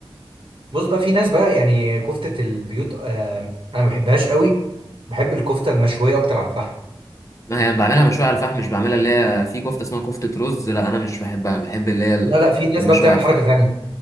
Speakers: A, on the right; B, on the left.
A: بص بقى في ناس بقى يعني كفته البيوت آم، انا ما بحبهاش قوي بحب الكفته المشويه اكتر على الفحم
B: ما هي بعملها مشوية على الفحم مش بعملها اللي هي في كفتة اسمها كفتة رز لا انا مش بحبها بحب اللي هي ال-
A: لا لا في ناس
B: المشوية
A: بقى بتعمل
B: على الفحم
A: حركة تانية